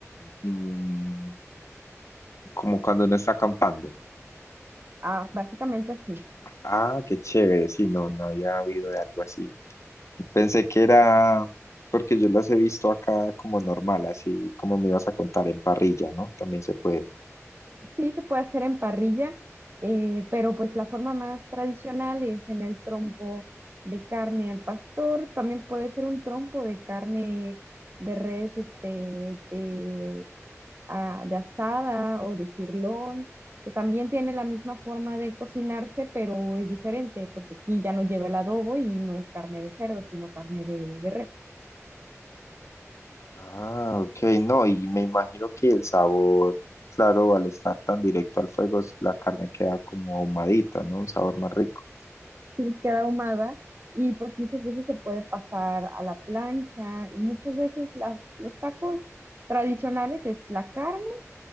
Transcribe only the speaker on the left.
mm, como cuando uno está acampando.
Ah, qué chévere. Sí, no, no había habido de algo así. Pensé que era, porque yo las he visto acá como normal, así como me ibas a contar en parrilla, ¿no? También se puede.
Ah, ok, no, y me imagino que el sabor, claro, al estar tan directo al fuego, s- la carne queda como ahumadita, ¿no? Un sabor más rico.